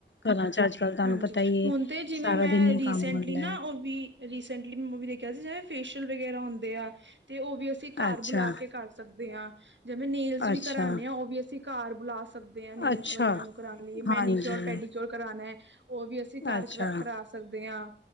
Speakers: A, on the left; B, on the right.
A: ਘਰਾਂ 'ਚ ਅੱਜ ਕੱਲ੍ਹ ਤੁਹਾਨੂੰ
B: ਹਾਂਜੀ,
A: ਪਤਾ ਈ
B: ਹੁਣ
A: ਏ।
B: ਤਾਂ ਜਿਵੇਂ
A: ਸਾਰਾ
B: ਮੈਂ
A: ਦਿਨ ਹੀ
B: ਰੀਸੈਂਟਲੀ
A: ਕੰਮ ਹੁੰਦਾ
B: ਨਾ ਉਹ ਵੀ ਰੀਸੈਂਟਲੀ ਮੈਂ ਮੂਵੀ ਦੇਖਿਆ ਸੀ ਜਿ ਫੇਸ਼ੀਅਲ ਵਗੈਰਾ ਹੁੰਦੇ ਆ। ਤੇ ਉਹ ਵੀ ਅਸੀਂ ਘਰ
A: ਐ ਅੱਛਾ
B: ਬੁਲਾ ਕੇ ਕਰ ਸਕਦੇ ਹਾਂ, ਜਿਵੇਂ ਨੇਲਸ ਵੀ
A: ਅੱਛਾ
B: ਕਰਾਉਂਣੇ ਆ ਉਹ ਵੀ ਅਸੀਂ ਘਰ ਬੁਲਾ ਸਕਦੇ ਹ, ਨੀਜ਼
A: ਅੱਛਾ
B: ਵਾਲਿਆਂ ਨੂੰ ਕਰਾਉਣ ਲਈ,
A: ਹਾਂਜੀ
B: ਮੈਨੀਕਿਓਰ ਪੈਡੀਕਿਓਰ ਕਰਾਉਣਾ ਹੈ ਉਹ ਵੀ ਅਸੀ ਅਸੀਂ ਘਰ
A: ਅੱਛਾ
B: ਕਰਾ, ਕਰਾ ਸਕਦੇ ਹਾਂ,